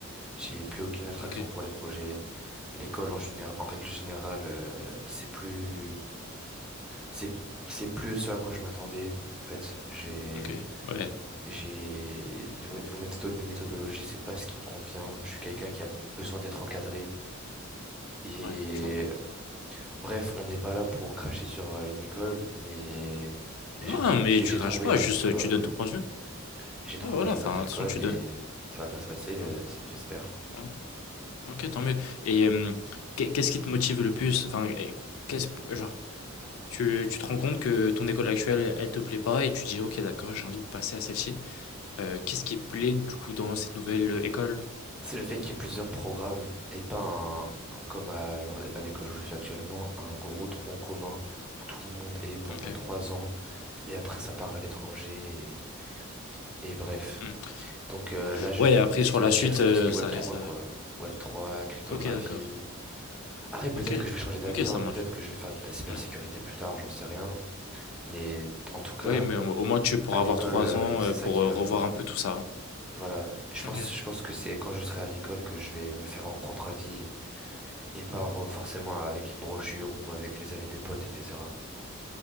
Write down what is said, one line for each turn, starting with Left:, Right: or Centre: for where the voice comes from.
Centre: J'ai plus aucune attraction
Left: OK,
Centre: pour les projets. L'école, en général, en règle générale, euh, c'est plus, c'est, c'est plus ce à quoi je m'attendais. En fait, j'ai,
Left: OK, ouais,
Centre: j'ai, niveau, niveau méthodo- méthodologie, c'est pas ce qui me convient. Je suis quelqu'un qui a besoin d'être encadré. Et
Left: ouais, je comprends.
Centre: Bref, on n'est pas là pour cracher sur euh, une école, mais
Left: Non,
Centre: j'ai
Left: mais
Centre: j'ai-
Left: tu
Centre: j'ai
Left: rages
Centre: trouvé
Left: pas,
Centre: une autre
Left: juste,
Centre: école
Left: heu, tu donnes
Centre: et
Left: ton point de vue.
Centre: j'ai trouvé
Left: Ouais, voilà, enfin,
Centre: une autre
Left: de
Centre: école
Left: toute façon, tu
Centre: et
Left: donnes
Centre: ça va bien se passer, euh,
Left: ouais,
Centre: c'est- j'espère.
Left: ouais. OK, tant mieux et hem, qu'est qu'est-ce qui te motive le plus? Enfin et qu'est-ce genre, tu tu te rends compte que ton école actuelle, elle te plaît pas et tu dis: «OK, d'accord, j'ai envie de passer à celle-ci». Heu, qu'est-ce qui te plaît, du coup, dans cette nouvelle, heu, école?
Centre: C'est le fait qu'il y ait plusieurs programmes et pas un, comme à l'en- à l'école où je suis actuellement, un gros tronc commun où tout le monde est pendant
Left: OK,
Centre: trois ans et après ça part à l'étranger et, et bref.
Left: mmh.
Centre: Donc euh, là, je
Left: Ouais
Centre: vais, f-
Left: et après
Centre: ce
Left: sur
Centre: qui m'attire,
Left: la suite,
Centre: c'est
Left: heu,
Centre: tout ce qui est Web
Left: ça reste,
Centre: 3,
Left: heu
Centre: quoi. Web 3, cryptographie.
Left: OK, d'accord.
Centre: Après, peut-être
Left: OK,
Centre: que je vais changer d'avis,
Left: OK,
Centre: hein.
Left: ça
Centre: Peut-être
Left: marche.
Centre: que je vais faire de la cybersécurité
Left: Mmh.
Centre: plus tard, j'en sais rien. Mais en tout cas,
Left: Oui, mais au au moins tu pourras
Centre: à l'école,
Left: avoir 3
Centre: euh,
Left: ans,
Centre: c'est
Left: heu,
Centre: ça
Left: pour,
Centre: qui
Left: heu,
Centre: va
Left: revoir
Centre: me...
Left: un peu tout ça. hein.
Centre: Voilà, je
Left: OK.
Centre: pense, je pense que c'est quand je serai à l'école que je vais me faire mon propre avis et pas re- forcément avec une brochure ou avec les avis des potes, etc.